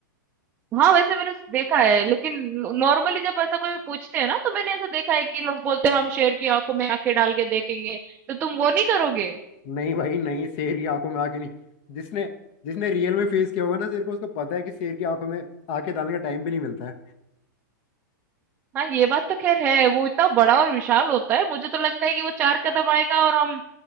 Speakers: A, on the right (about 15°); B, on the left (about 35°).
A: हाँ वैसे मैंने देखा है लेकिन नॉर्मली जब ऐसा कोई पूछते हैं ना तो मैंने ऐसा देखा है कि लोग बोलते हैं हम शेर की आंखों में आंखें डाल के देखेंगे तो तुम वो नहीं करोगे
B: नहीं भाई नहीं शेर की आंखों में आके नहीं जिसने जिसने रियल में फेस किया होगा ना शेर को उसको पता है कि शेर की आंखों में आके डालने का टाइम भी नहीं मिलता है
A: हाँ ये बात तो खैर है वो इतना बड़ा और विशाल होता है मुझे तो लगता है कि वो चार कदम आएगा और हम